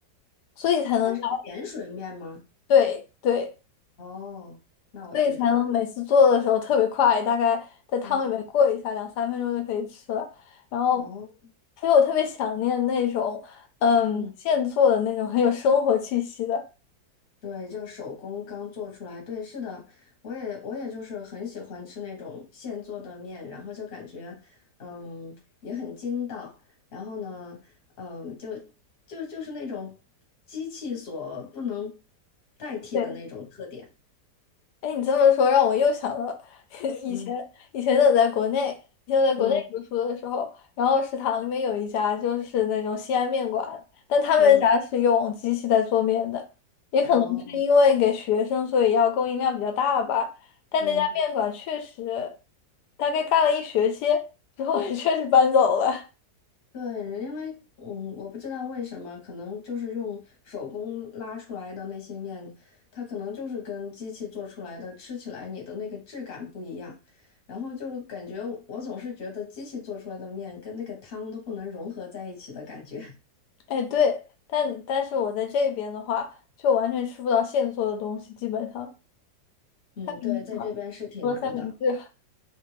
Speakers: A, on the left (about 70°); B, on the left (about 35°).
A: 所以才能在
B: 它是碱水面吗？
A: 对对，
B: 哦，那我知道了。
A: 所以才能每次做的时候特别快，大概在汤里面过一下，
B: 嗯，
A: 两三分钟就可以吃了。然后，
B: 哦，
A: 所以我特别想念那种，嗯，
B: 嗯，
A: 现做的那种很有生活气息的。
B: 对，就手工刚做出来。对，是的，我也我也就是很喜欢吃那种现做的面，然后就感觉，嗯，也很筋道。然后呢，嗯，就就就是那种机器所不能代替的那种特点。
A: 对。哎，你这么说让我又想到 <laughs> 以前，
B: 嗯
A: 以前我在国内，以前我在国内读书的时候，
B: 嗯
A: 然后食堂里面有一家就是那种西安面馆，但他们家是用机器在做面的，
B: 嗯，
A: 也可能是因为给学生，
B: 哦，
A: 所以要供应量比较大吧。但那家面馆确实，
B: 嗯。
A: 大概干了一学期之后，也 <laughs> 确实搬走了。
B: 对，因为嗯，我不知道为什么，可能就是用手工拉出来的那些面，它可能就是跟机器做出来的，吃起来你的那个质感不一样，然后就感觉我总是觉得机器做出来的面跟那个汤都不能融合在一起的感觉。
A: 哎，对，但但是我在这边的话，就完全吃不到现做的东西，基本上
B: <laughs> 嗯，
A: 三明治吧，
B: 对，在这边是挺难的。
A: 除了三明治。